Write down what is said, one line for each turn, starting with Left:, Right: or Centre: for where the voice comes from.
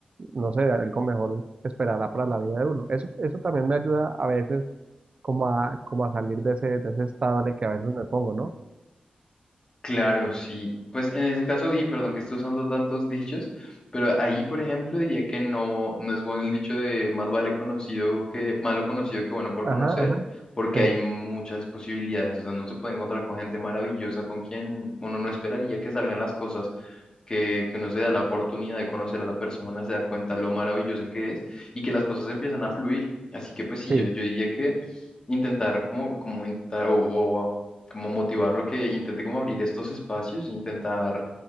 Right: no sé, algo mejor esperará para la vida de uno. Eso, eso también me ayuda a veces como a, como a salir de ese, de ese estado en el que a veces me pongo, ¿no?
Left: Claro, sí. Pues en ese caso, y perdón que estoy usando tantos dichos, pero ahí, por ejemplo, diría que no, no es bueno el dicho de más vale conocido que, malo conocido que bueno por
Right: Ajá,
Left: conocer,
Right: ajá,
Left: porque
Right: sí,
Left: hay muchas posibilidades. O sea, no se puede encontrar con gente maravillosa con quien uno no esperaría que salgan las cosas, que, que uno se da la oportunidad de conocer a la persona, se da cuenta lo maravillosa que es y que las cosas empiezan a fluir. Así que pues sí,
Right: sí,
Left: yo, yo diría que intentar como, como intentar o, o como motivarlo que intente como abrir estos espacios, intentar